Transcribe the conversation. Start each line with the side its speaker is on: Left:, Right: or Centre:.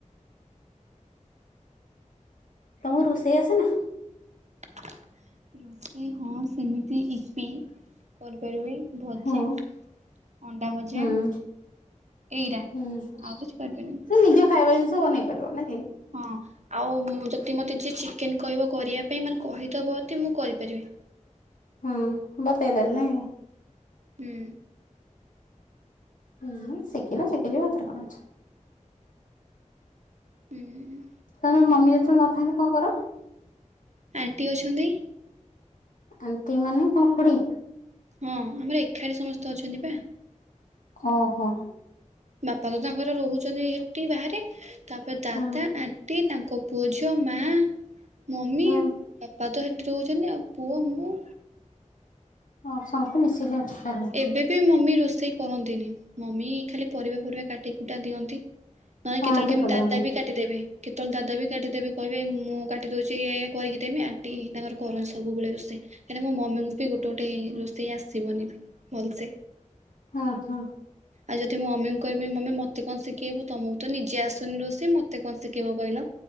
Left: ତମକୁ ରୋଷେଇ ଆସେନା?
Right: <inaudible> ରୋଷେଇ ହଁ ସେମିତି ଇପି କରିପାରିବି। ଭଜା।
Left: ହୁଁ
Right: <inaudible> ଭଜା
Left: ହୁଁ
Right: ଏଇରା
Left: ହୁଁ
Right: ଆଉ
Left: ସେ
Right: କିଛି କରିପାରିବିନି।
Left: ନିଜେ ଖାଇବା ଜିନିଷ ବନେଇ ପାରିବ। ନା କି?
Right: ହଁ ଆଉ ଯଦି ମତେ ଯିଏ ଚିକେନ କହିବ କରିବା ମାନେ କହିଦବ ଯଦି ମୁଁ କରିପାରିବି।
Left: ହଁ ବତେଇଦେଲେ ନାଇଁ।
Right: ହୁଁ।
Left: ହୁଁ ସିକିନ ସିକିଯିବ ହେଥିରେ କଣ ଅଛି।
Right: ହୁଁ।
Left: ତମେ ମମି ଯେତେବେଳେ ନଥାନ୍ତି କଣ କର?
Right: ଆଣ୍ଟି ଅଛନ୍ତି।
Left: ଆଣ୍ଟି ମାନେ ତମ ଖୁଡ଼ି?
Right: ହଁ ଆମର ଏକାଠି ସମସ୍ତେ ଅଛନ୍ତି ପା।
Left: ଓ ହୋ।
Right: ବାପା ତ ତାଙ୍କର ରହୁଛନ୍ତି ହେଠି ବାହାରେ। ତାପରେ ଦାଦା
Left: ହୁଁ
Right: ଆଣ୍ଟି ତାଙ୍କ ପୁଅଝି ମା, ମମି
Left: ହୁଁ
Right: ବାପା ତ ହେଠି ରହୁଛନ୍ତି। ଆଉ ପୁଅ ମୁଁ।
Left: ଅ ହଁ ସମସ୍ତେ ମିଶିକି ତାହେଲେ
Right: ଏବେ ବି ମମି ରୋଷେଇ କରନ୍ତିନି। ମମି ଖାଲି ପରିବା ପରିବା କାଟି କୁଟା ଦିଅନ୍ତି। ନହେଲେ
Left: ହଁ
Right: କେତେବେଳେ
Left: ଆଣ୍ଟି
Right: କେମିତି
Left: କରିଦିଅନ୍ତି।
Right: ଦାଦା ବି କାଟିଦେବେ। କେତେବେଳେ ଦାଦା ବି କାଟିଦେବେ। କହିବେ ମୁଁ କାଟିଦଉଚି ଏଇଆ କରିକି ଦେମି ଆଣ୍ଟି ତାଙ୍କର କରନ୍ତି ସବୁବେଳେ ରୋଷଇ। କାଇଁନା ମୋ ମ ମି ଙ୍କୁ ବି ଗୋଟେ ଗୋଟେ ରୋଷେଇ ଆସିବନି ବି। ଭଲସେ।
Left: ଓ ହୋ।
Right: ଆଉ ଯଦି ମୋ ମମି ଙ୍କୁ କହିବି ମମି ମତେ କଣ ଶିଖେଇବ ତମକୁ ତ ନିଜେ ଆସୁନି ରୋଷେଇ ମତେ କଣ ଶିଖେଇବ କହିଲ।